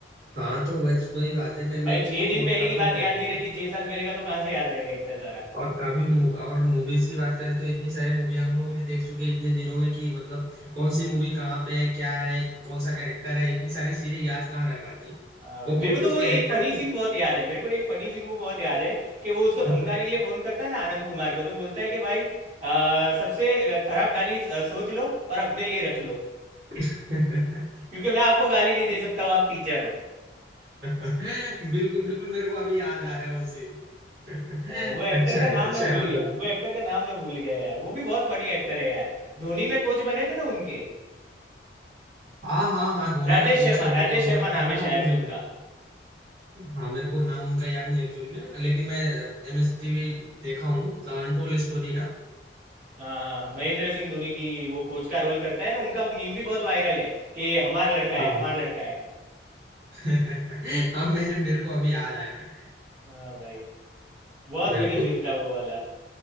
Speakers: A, on the right (about 60°); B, on the right (about 40°).
A: हाँ तो बस वही बात है मैं
B: भाई
A: मेरे भी
B: छः
A: तो
B: दिन
A: बहुत
B: पहले
A: काफी
B: की बात
A: टाइम
B: याद
A: हो
B: नहीं
A: गया
B: रहती छः साल पहले का तो कहाँ से याद रहेगा इतना सारा
A: और काफी मू- और मूवीज की बात करें तो इतनी सारी मूवी हम लोगों ने देख चुकी है इतने दिनों में कि मतलब कौन सी मूवी कहाँ पे है क्या है कौन सा कैरेक्टर है इतनी सारी चीजें याद कहाँ रह पाती हैं
B: हाँ भाई
A: वो
B: मेरे
A: कुछ
B: को तो
A: कुछ
B: वो एक
A: कैरेक्टर
B: फनी सीन बहुत याद है मेरे को एक फनी सीन वो बहुत याद है कि वो उसको
A: कौन
B: धमकाने
A: सा
B: के लिए फोन करता है ना आनंद कुमार को तो बोलता है कि भाई आ, सबसे खराब गाली आ, सोच लो और अपने लिए रख लो
A: <laughs>
B: क्योंकि मैं आपको गाली नहीं दे सकता हूँ आप टीचर हो
A: बिल्कुल बिल्कुल मेरे को अभी याद आ रहा है वो सीन <laughs>
B: अ, वो एक्टर
A: अच्छा
B: का
A: है
B: नाम
A: अच्छा
B: मैं भूल
A: है मतलब
B: गया वो एक्टर का नाम मैं भूल गया यार वो भी बहुत फनी एक्टर है यार धोनी में कोच बने थे ना उनके
A: हाँ हाँ हाँ धोनी
B: राजेश
A: का कोच
B: शर्मा
A: है वो
B: राजेश
A: अब
B: शर्मा
A: मतलब बना
B: नाम है
A: था
B: शायद
A: मूवी
B: से उनका
A: में हाँ मेरे को नाम उनका याद नहीं एक्चुअली में लेकिन मैं एमएसटीवी देखा हूँ द अनटोल्ड स्टोरी ना
B: हाँ हाँ महेंद्र सिंह धोनी की वो कोच का रोल करता है ना उनका मीम भी बहुत वायरल है कि हमारा लड़का
A: हाँ
B: है हमारा लड़का है
A: <laughs> हाँ मेरे मेरे को अभी याद आया मैं
B: हाँ भाई बहुत
A: बिल्कुल
B: फनी सीन था वो वाला